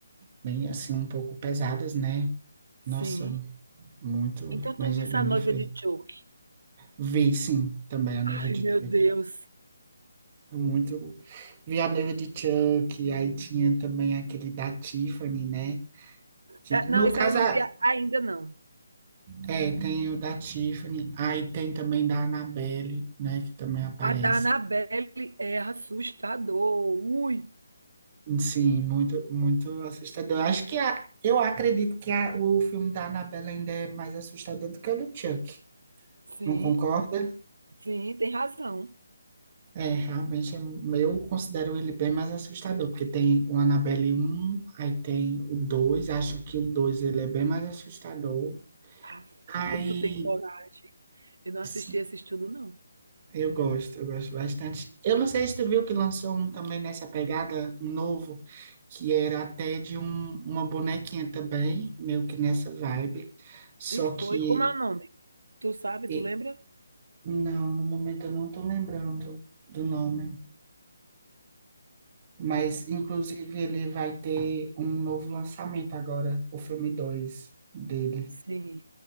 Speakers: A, on the right; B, on the right.
A: bem assim, um pouco pesadas, né?
B: Sim.
A: Nossa, muito,
B: Então tu
A: mas
B: viste
A: é bem
B: A Noiva
A: difícil.
B: de Choke.
A: Vi, sim, também a noiva
B: Ai,
A: de
B: meu
A: Tira
B: Deus.
A: Muito. Vi a noiva de Chuck, aí tinha também aquele da Tiffany, né? Que-
B: É,
A: No
B: Não, isso
A: caso,
B: aí eu não
A: a-
B: vi a- ainda não.
A: é, tem o da Tiffany, aí tem também da Annabelle, né? Que também aparece.
B: A da Anabelle é assustador. Ui,
A: Sim, muito, muito assustador. Acho que a, eu acredito que a- o filme da Annabelle ainda é mais assustador do que o do Chuck.
B: sim,
A: Não concorda?
B: sim, tem razão.
A: É, realmente, é- eu considero ele bem mais assustador, porque tem o Annabelle um aí tem o 2 acho que o 2 ele é bem mais assustador,
B: Ah,
A: Aí
B: como tu tem coragem. Eu não
A: s-
B: assisti esse estudo, não.
A: eu gosto, eu gosto bastante. Eu não sei se tu viu que lançou um também nessa pegada novo, que era até de um- uma bonequinha também, meio que nessa vibe. Só
B: E foi,
A: que
B: como é o nome? Tu sabe,
A: e-
B: tu lembra?
A: não, no momento eu não tô lembrando do nome. Mas, inclusive, ele vai ter um novo lançamento agora, o filme 2 dele.
B: Sim.